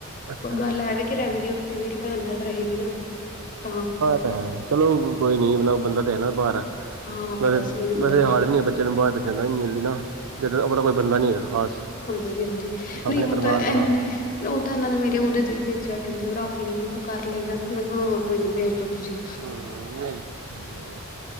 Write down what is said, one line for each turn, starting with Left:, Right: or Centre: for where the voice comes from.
Right: ਅੱਛਾ ਅੱਛਾ
Left: ਗੱਲ
Right: ਹਾਂ
Left: ਐਵੇਂ ਕਿ ਰਹਿੰਦੀ ਉੱਥੇ ਮੇਰੀ ਭੈਣ ਨਾਲ ਰਹੇਗੀ ਨਾ ਤਾਂ
Right: ਤੇ ਹੈ ਚਲੋ ਕੋਈ ਨੀ ਮਤਲਬ ਬੰਦਾ ਤੇ ਹੈ। ਨਾ ਬਾਹਾਰ
Left: ਹਾਂ
Right: ਵੈਸੇ-ਵੈਸੇ
Left: ਬਸ ਉਹੀ ਹੁੰਦਾ
Right: ਹਾਲ ਵੀ ਨੀ ਬੱਚਾ ਚਲ ਬ ਪ ਜਾਂਦਾ ਨੀ ਨਾਲ ਦਾ ਨਾ ਜਦ ਆਪ ਤਾਂ ਕੋਈ ਬਦਾ ਨੀ ਹੈਗਾ ਖਾਸ
Left: ਹਾਂਜੀ- ਹਾਂਜੀ
Right: ਆਪਣੇ
Left: ਨਹੀਂ ਉਹ
Right: ਪਰਿਵਾਰ
Left: ਤਾਂ ਇਹਨਾਂ
Right: ਦਾ ਨਾ ਹੋਇਆ
Left: ਨੇ ਉਹ ਤਾਂ ਇਹਨਾਂ ਨੇ ਮੇਰੇ ਉਹਦੇ ਹੀ ਭੇਜਿਆ ਕਹਿੰਦੇ ਉਹ ਰੱਖ ਲਏ ਕਿ ਕਰ ਲਏ ਗ ਮੈਂ ਕਿਹਾ ਹਾਂ ਕੋਈ ਨੀ ਭੇਜ ਦੋ ਤੁਸੀਂ
Right: <inaudible> ਚੰਗੀ ਗੱਲ ਹੈ